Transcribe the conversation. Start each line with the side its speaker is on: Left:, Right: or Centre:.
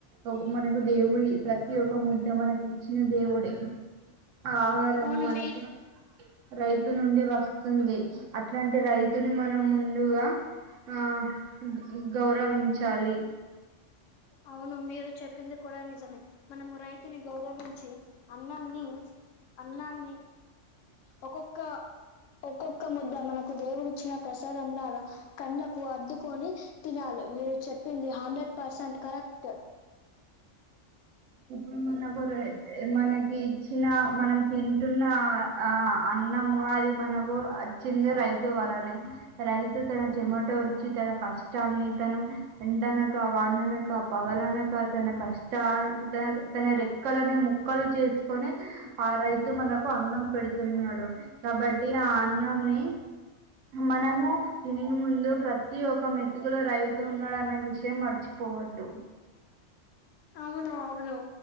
Right: ఒక మనకు దేవుడు ప్రతి ఒక ముద్ద మనకి ఇచ్చిన దేవుడే ఆహారం
Left: అవును
Right: మనకి
Left: మీరు
Right: రైతు నుండి వస్తుంది అట్లాంటి రైతుని మనం ముందుగా ఆ గ్ గౌరవించాలి
Left: అవును మీరు చెప్పింది కూడా నిజమే మనము రైతుని గౌరవించి అన్నంన్ని అన్నాన్ని ఒక్కొక్క ఒక్కొక్క ముద్ద మనకు దేవుడి ఇచ్చిన ప్రసాదం లాగా కళ్లకు అద్దుకొని తినాలి మీరు చెప్పింది హండ్రెడ్ పర్సెంట్ కరెక్ట్
Right: ఇప్పుడు మనకు మనకి ఇచ్చిన మనం తింటున్న ఆ అన్నము అది మనకు వచ్చింది రైతు వలనే రైతు తన చెమటొర్చి తన కష్టాన్ని తను వెంటన వాననక పగలనక తన కష్ చానా తనది రెక్కలని ముక్కలు చేసుకొని ఆ రైతు మనకు అన్నం పెడుతున్నాడు కాబట్టి ఆ అన్నం ని మనము తినిన్ ముందు ప్రతి ఒక మెతుకులో రైతు ఉన్నాడన్న విషయం మర్చిపోవద్దు
Left: అవును అవును